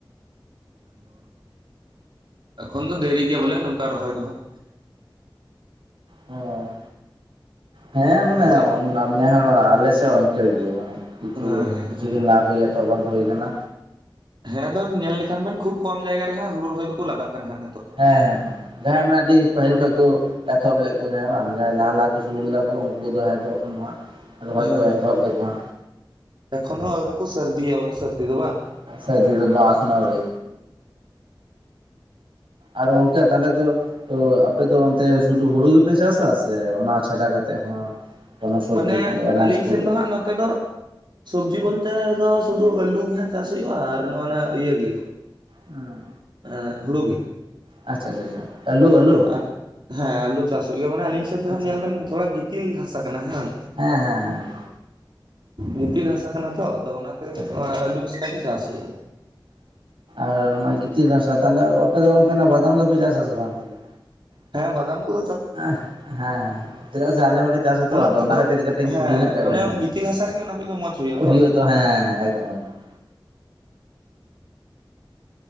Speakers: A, on the right (about 65°); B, on the right (about 85°).
A: ᱤᱧ ᱦᱚ ᱦᱟᱜ ᱮᱠᱷᱚᱱ ᱫᱚ ᱫᱮᱨᱤ ᱜᱮᱭᱟ ᱵᱚᱞᱮ ᱱᱚᱝᱠᱟ ᱨᱚᱦᱚᱭ ᱫᱚ ᱦᱟᱜ
B: ᱦᱚᱸ ᱦᱮᱸ ᱢᱟᱱᱮ
A: ᱟᱪᱪᱷᱟ
B: <unintelligible> ᱟᱞᱮᱥᱮᱫ ᱤᱱᱠᱟᱹ ᱜᱮ ᱢᱟᱱᱮ ᱠᱤᱪᱷᱩ
A: ᱦᱮᱸ ᱦᱮᱸ
B: ᱠᱤᱪᱷᱩ ᱫᱤᱱ ᱞᱟᱵᱷ ᱦᱩᱭᱩᱜ ᱜᱮᱭᱟ ᱛᱚ ᱚᱨᱫᱷᱮᱠ ᱫᱚ ᱦᱩᱭ ᱟᱠᱟᱱᱟ
A: ᱦᱮᱸ ᱧᱮᱞ ᱞᱮᱠᱷᱟᱱ ᱵᱮᱱ ᱠᱷᱩᱵ ᱠᱚᱢ ᱡᱟᱭᱜᱟ ᱨᱮ ᱦᱟᱸᱜ ᱦᱩᱲᱩ ᱨᱚᱦᱚᱭ ᱫᱚᱠᱚ ᱞᱟᱜᱟᱜ ᱠᱟᱱᱟ ᱦᱟᱜ
B: ᱦᱮᱸ ᱦᱮᱸ ᱦᱮᱸ ᱡᱟᱦᱟᱸᱭ ᱢᱟᱱᱮ ᱟᱹᱰᱤ ᱯᱟᱹᱦᱤᱞ ᱠᱷᱚᱱ ᱠᱚ ᱮᱛᱚᱦᱚᱵ ᱞᱮᱫ ᱠᱚᱣᱟ ᱡᱟᱦᱟᱸᱭ ᱵᱟᱝ ᱡᱟᱦᱟᱸᱭ ᱞᱟᱦᱟ ᱞᱟᱦᱟ ᱠᱚ ᱥᱩᱨᱩ ᱞᱮᱫᱟ ᱠᱚ ᱩᱱᱠᱩ ᱫᱚ ᱦᱚᱭᱛᱚ ᱮᱠᱷᱚᱱ ᱫᱚ ᱦᱟᱸᱜ ᱨᱚᱦᱚᱭ
A: ᱦᱮᱸ
B: ᱠᱚ ᱮᱛᱚᱦᱚᱵ ᱛᱟᱠᱩᱣᱟ
A: ᱮᱠᱷᱚᱱᱳ ᱟᱣᱨᱤ ᱠᱚ ᱥᱟᱹᱨᱫᱤᱭᱟ ᱵᱚᱞᱮ ᱥᱟᱨᱫᱤ ᱫᱚ ᱵᱟᱝ
B: <unintelligible> ᱵᱟᱝ ᱮᱠᱷᱚᱱᱚ ᱟᱣᱨᱤ
A: <unintelligible>
B: ᱟᱨ ᱜᱚᱝᱠᱮ ᱛᱟᱦᱚᱞᱮ ᱫᱚ ᱛᱚ ᱟᱯᱮ ᱫᱚ ᱚᱱᱛᱮ ᱥᱩᱫᱩ ᱦᱩᱲᱩ ᱜᱮᱯᱮ ᱪᱟᱥᱟ ᱥᱮ ᱚᱱᱟ ᱪᱷᱟᱰᱟ ᱠᱟᱛᱮᱮᱫ ᱦᱚᱸ ᱠᱳᱱᱳ ᱥᱚᱵᱽᱡᱤ
A: ᱢᱟᱱᱮ
B: ᱠᱚ ᱟᱱᱟᱡ
A: ᱟᱹᱞᱤᱧ
B: ᱠᱚ
A: ᱥᱮᱱ ᱫᱚ ᱦᱟᱸᱜ ᱱᱚᱛᱮ ᱫᱚ ᱥᱚᱵᱽᱡᱤ ᱵᱚᱞᱛᱮ ᱱᱚᱛᱮᱫᱚ ᱥᱩᱫᱩ ᱟᱹᱞᱩ ᱜᱮ ᱦᱟᱜ ᱪᱟᱥ ᱦᱩᱭᱩᱜᱼᱟ ᱟᱨ ᱱᱚ ᱚᱭ ᱱᱟ ᱤᱭᱟᱹ ᱜᱮ
B: ᱦᱩᱸ
A: ᱮ ᱦᱩᱲᱩᱩ ᱜᱮ
B: ᱟᱪᱪᱷᱟ ᱟᱪᱪᱷᱟ ᱟᱪᱪᱷᱟ ᱟᱹᱞᱩ ᱟᱹᱞᱩ
A: ᱟᱨ ᱦᱮᱸ ᱟᱞᱩ ᱪᱟᱥ ᱦᱩᱭᱩᱜᱭᱟ ᱢᱟᱱᱮ ᱟᱞᱤᱧ ᱥᱮᱱ ᱫᱚᱦ
B: ᱟᱪᱪᱷᱟ
A: ᱧᱮᱞ ᱵᱮᱱ ᱛᱷᱚᱲᱟ ᱛᱤᱞ ᱦᱟᱥᱟ ᱠᱟᱱᱟ ᱦᱟᱜ
B: ᱦᱮᱸ ᱦᱮᱸ
A: ᱜᱤᱛᱤᱞ ᱦᱟᱥᱟ ᱠᱟᱱᱟ ᱛᱚ ᱟᱫᱚ ᱚᱱᱟᱛᱮ
B: ᱟᱪᱪᱷᱟ
A: ᱟᱹᱞᱩᱥᱠ ᱜᱮ ᱪᱟᱥ ᱦᱩᱭᱩᱜᱼᱟ
B: ᱟᱨ ᱚᱱᱟ ᱜᱤᱛᱤᱞ ᱱᱟᱥᱟ ᱛᱟᱦᱮ ᱟᱯᱮ ᱫᱚ ᱜᱚᱝᱠᱮ ᱵᱟᱫᱟᱢ ᱫᱚᱯᱮ ᱪᱟᱥ ᱟᱥᱮ ᱵᱟᱝ ᱛᱟᱦᱞᱮ
A: ᱦᱮᱸ ᱵᱟᱫᱟᱢ ᱠᱚ
B: ᱦᱮᱸ ᱦᱮᱸ ᱪᱮᱫᱟᱜ ᱥᱮ ᱟᱞᱮ ᱦᱚᱸᱞᱮ ᱪᱟᱥᱟᱛᱚ ᱟᱫᱚ
A: ᱠᱚ ᱫᱚ
B: ᱚᱱᱟ ᱠᱷᱟᱹᱛᱤᱨ ᱠᱟᱹᱴᱤᱡ
A: ᱦᱮᱸ
B: ᱠᱩᱞᱤ ᱧᱚᱜ ᱠᱮᱫ
A: ᱢᱟᱱᱮ
B: ᱵᱮᱱᱟ
A: ᱜᱤᱛᱤᱞ ᱦᱟᱥᱟ ᱨᱮᱜᱮ ᱚᱱᱟ ᱠᱚ ᱫᱚ ᱢᱚᱸᱡᱽ ᱦᱩᱭᱩᱜᱼᱟ
B: ᱦᱩᱭᱩᱜ ᱛᱚ ᱦᱮᱸ ᱮᱠᱫᱚᱢ ᱮᱠᱫᱚᱢ